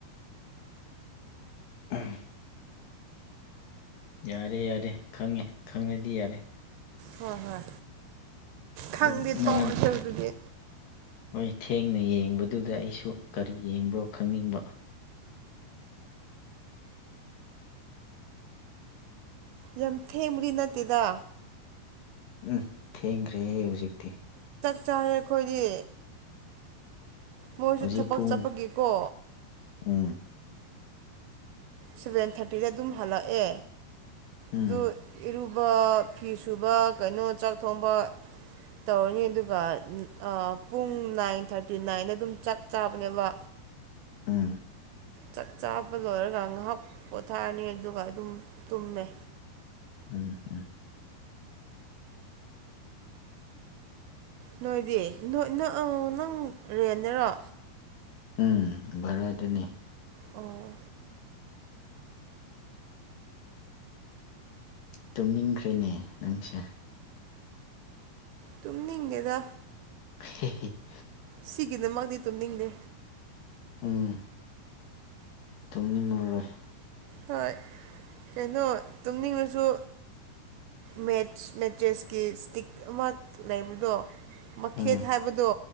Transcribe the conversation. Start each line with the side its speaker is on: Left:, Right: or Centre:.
Left: ꯎꯝ ꯌꯥꯔꯦ ꯌꯥꯔꯦ ꯈꯪꯉꯦ ꯈꯪꯉꯗꯤ ꯌꯥꯔꯦ
Right: ꯍꯣꯏ ꯍꯣꯏ ꯈꯪꯗꯦ
Left: ꯑꯗꯨꯝ ꯃꯥ
Right: ꯇꯧꯑꯁꯦ ꯑꯗꯨꯗꯤ
Left: ꯍꯣꯏ ꯊꯦꯡꯅ ꯌꯦꯡꯕꯗꯨꯗ ꯑꯩꯁꯨ ꯀꯔꯤ ꯌꯦꯡꯕ꯭ꯔꯣ ꯈꯪꯅꯤꯡꯕ
Right: ꯌꯥꯝ ꯊꯦꯡꯕꯗꯤ ꯅꯠꯇꯦꯗ
Left: ꯎꯝ ꯊꯦꯡꯈ꯭ꯔꯦꯍꯦ ꯍꯧꯖꯤꯛꯇꯤ
Right: ꯆꯔꯦ ꯑꯩꯈꯣꯏꯗꯤ ꯃꯣꯏꯁꯨ
Left: ꯍꯧꯖꯤꯛ
Right: ꯊꯕꯛ
Left: ꯄꯨꯡ
Right: ꯆꯠꯄꯒꯤꯦꯀꯣ
Left: ꯎꯝ
Right: ꯁꯚꯦꯟ ꯊꯥꯔꯇꯤꯗ ꯑꯗꯨꯝ ꯍꯜꯂꯛꯑꯦ
Left: ꯎꯝ
Right: ꯑꯗꯨ ꯁꯕ ꯐꯤ ꯁꯨꯕ ꯀꯩꯅꯣ ꯆꯥꯛ ꯊꯣꯡꯕ ꯇꯧꯔꯅꯤ ꯑꯗꯨꯒ ꯄꯨꯡ ꯅꯥꯏꯟ ꯊꯥꯔꯇꯤ ꯅꯥꯏꯟꯗ ꯑꯗꯨꯝ ꯆꯞ ꯆꯥꯕꯅꯦꯕ
Left: ꯎꯝ
Right: ꯆꯥꯛ ꯆꯥꯕ ꯂꯣꯏꯔꯒ ꯉꯥꯏꯍꯥꯛ ꯄꯣꯊꯥꯔꯅꯤ ꯑꯗꯨꯒꯝ ꯇꯨꯝꯃꯦ
Left: ꯎꯝ ꯎꯝ
Right: ꯅꯣꯏꯗꯤ ꯅꯪ ꯔꯦꯟꯅꯔꯣ
Left: ꯎꯝ ꯚꯔ ꯑꯗꯨꯅꯤ
Right: ꯑꯣ
Left: ꯇꯨꯝꯅꯤꯡꯈ꯭ꯔꯦꯅꯦ ꯅꯪꯁꯦ
Right: ꯇꯨꯝꯉꯗ
Left: <unintelligible>
Right: ꯁꯤꯒꯤꯗꯃꯛꯗꯤ ꯇꯨꯝꯅꯤꯡꯗꯦ
Left: ꯎꯝ ꯇꯨꯡꯅꯤꯡ ꯃꯔꯔꯣꯏ
Right: ꯍꯣꯏ ꯀꯩꯅꯣ ꯇꯅꯤ ꯁꯨ ꯃꯦ ꯃꯦꯠꯆꯦꯁꯀꯤ ꯏꯁꯇꯤꯛ ꯑꯃ ꯂꯩꯕꯗꯣ ꯃꯈꯦꯠ
Left: ꯎꯝ
Right: ꯍꯥꯏꯕꯗꯣ